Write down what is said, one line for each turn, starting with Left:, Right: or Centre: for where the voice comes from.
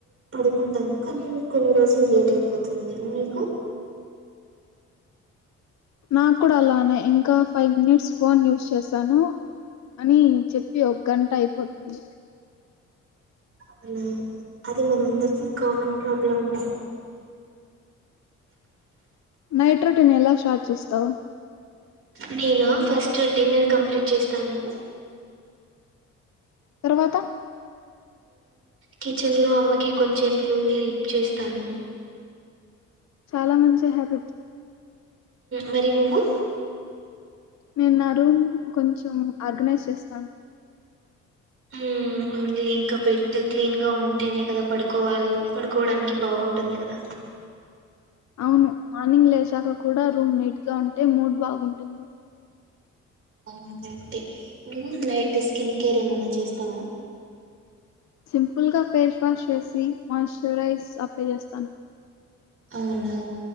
Right: పడుకుంటాను కానీ కొన్ని రోజులు లేట్ అయిపోతుంది మీకు
Left: నాకు కూడా అలానే ఇంకా ఫైవ్ మినిట్స్ ఫోన్ యూస్ చేశాను అని చెప్పి ఒక గంట అయిపోతుంది
Right: అవునా అది మనందరికి కామన్ ప్రాబ్లం లే
Left: నైట్ రొటీన్ ఎలా స్టార్ట్ చేస్తావు?
Right: నేనా ఫస్ట్ డిన్నర్ కంప్లీట్ చేస్తాను.
Left: తర్వాత
Right: కిచెన్ లో అమ్మకి కొంచేపులు హెల్ప్ చేస్తాను.
Left: చాలా మంచి హ్యాబిట్.
Right: మరి నువ్వు?
Left: నేను నా రూమ్ కొంచెం ఆర్గనైజ్ చేస్తాను.
Right: హ్ ఒన్లీ ఇంకా బెడ్డు క్లీన్ గా ఉంటేనే కదా పడుకోవాలి, పడుకోవడానికి బాగుంటుంది కదా.
Left: అవును మార్నింగ్ లేచాక కూడా రూమ్ నీట్ గా ఉంటే మూడ్ బాగుంటుంది.
Right: అవును కరెక్టే. నువ్వు నైట్ స్కిన్ కేర్ ఏమన్నా చేస్తావా?
Left: సింపుల్ గా ఫేష్ వాష్ చేసి మాయిశ్చరైజ్ అప్లై చేస్తాను.
Right: అ అవునా